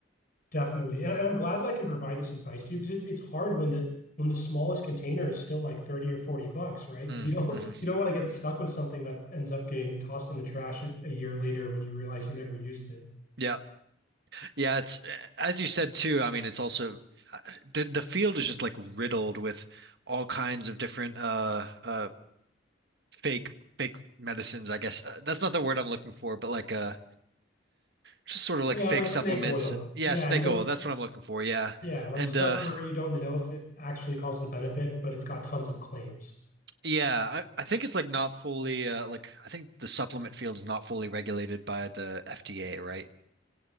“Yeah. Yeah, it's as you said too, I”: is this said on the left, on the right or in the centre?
Right